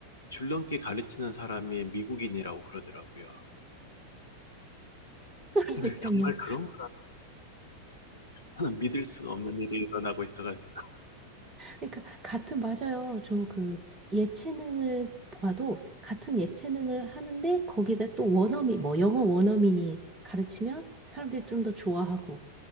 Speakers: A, on the left (about 75°); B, on the right (about 20°).
A: 줄넘기 가르치는 사람이 미국인이라고 그러더라고요.
B: 그러니까요.
A: 네, 정말 그런 거는 믿을 수가 없는 일이 일어나고 있어가지고.
B: 그러니까 같은 맞아요. 저 그 예체능을 봐도 같은 예체능을 하는데 거기다 또 원어민 뭐 영어 원어민이 가르치면 사람들이 좀 더 좋아하고